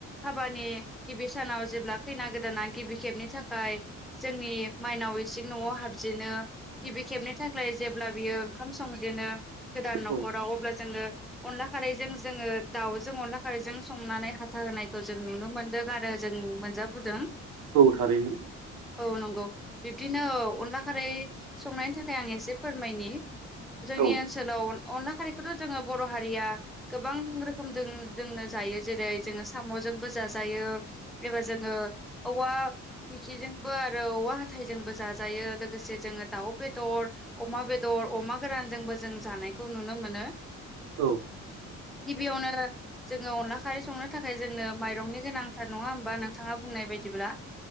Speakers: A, in the centre; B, on the right.
A: हाबानि गिबि सानाव जेब्ला खैना गोदाना गिबि खेब नि थाखाय जोंनि माइनाव इसिं न'आव हाबजेनो गिबि खेबनि थाखाय जेब्ला बियो ओंखाम संजेनो गोदान न'खराव
B: औ
A: अब्ला जोङो अनला खारैजों जोङो दाउजों अनला खारैजों संनानै हाथा होनायखौ जों नुनो मोनदों आरो जों मोनजाबोदों
B: औ थारैनो
A: औ नंगौ बिब्दिनो औ अनला खारै संनायनि थाखाय आं एसे फोरमायनि जोंनि
B: औ
A: ओनसोलाव अनला खारै खौथ' जोङो बर' हारिया गोबां रोखोमजों जोंनो जायो जेरै जोङो साम'जोंबो जाजा -जायो एबा जोङो औवा मिखिजोंबो आरो औवा हाथायजोंबो जाजायो। -यो लोगो -लोगोसे जोङो दाउ बेदर अमा बेदर अमा गोरानजोंबो जों जानायखौ नुनो मोनो।
B: औ।
A: गिबियावनो जोङो अनला खारै संनो थाखाय जोंनो माइरंनि गोनांथार नङा होमबा नोंथाङा बुंनाय बायदिब्ला